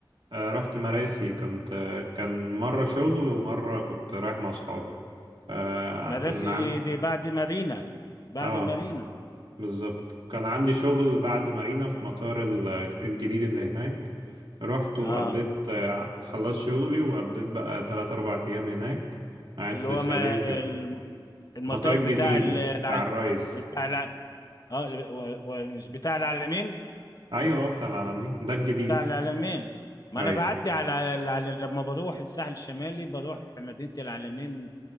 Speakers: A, on the right; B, on the left.
A: آه، رحت مراسي كنت آه، كان مرة شغل ومرة كنت رايح مع أصحابي آه،
B: مدرسة
A: كنا عن
B: دي بعد مارينا بعد
A: آه
B: مارينا
A: بالظبط كان عندي شغل بعد مارينا في مطار ال- الجديد اللي هناك رحت وقضيت
B: اه
A: آه، خلصت شغلي وقضيت بقى تلات أربع أيام هناك قاعد
B: اللي
A: في
B: هو
A: الشاليه
B: ما
A: وكده
B: الم- المطار
A: المطار الجديد
B: بتاع ال-
A: ال-
B: العل...
A: بتاع الرايز
B: بتاع الع... اه ال- و- ومش بتاع العلمين
A: أيوة هو بتاع العالمين ده الجديد
B: بتاع العلمين ما
A: أي
B: انا بعدي على على- لما بروح الساحل الشمالي بروح مدينة العلمين